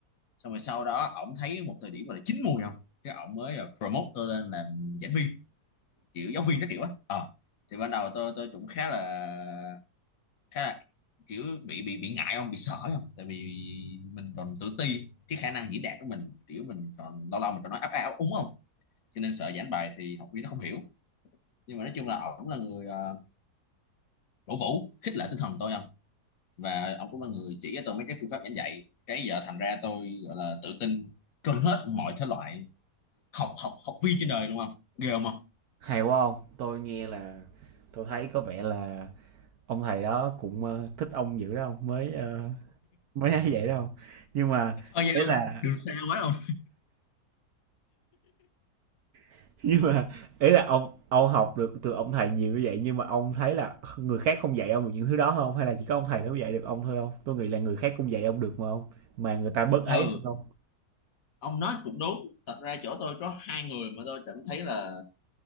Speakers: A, on the left; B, on the right.
A: xong rồi sau đó ổng thấy một thời điểm gọi là chín mùi không cái ổng mới là promote tôi lên làm giảng viên kiểu giáo viên các kiểu á ờ thì ban đầu tôi tôi cũng khá là khá là kiểu bị bị bị ngại không bị sợ không tại vì mình còn tự ti cái khả năng diễn đạt của mình kiểu mình còn lâu lâu mình còn nói áp áo úng không cho nên sợ giảng bài thì học viên nó không hiểu nhưng mà nói chung là ổng là người ờ, cổ vũ khích lệ tinh thần tôi không và ông cũng là người chỉ cho tôi mấy cái phương pháp giảng dạy cái giờ thành ra tôi gọi là tự tin trên hết mọi thể loại học học học viên trên đời luôn không ghê không không
B: Hay quá ông, tôi nghe là tôi thấy có vẻ là Ông thầy đó cũng, ơ, thích ông dữ đó ông, mới, ơ, mới ấy vậy đâu Nhưng mà
A: thôi nha
B: ý
A: không
B: là
A: được sao quá không
B: <laughs> nhưng mà ý là ông ông học được từ ông thầy nhiều như vậy nhưng mà ông thấy là người khác không dạy ông được những thứ đó không Hay là chỉ có ông thầy đó mới dạy được ông thôi không Tôi nghĩ là người khác cũng dạy ông được mà không mà người ta bớt ấy
A: ừ
B: hơn không
A: ông nói cũng đúng thật ra chỗ tôi có hai người mà tôi cảm thấy là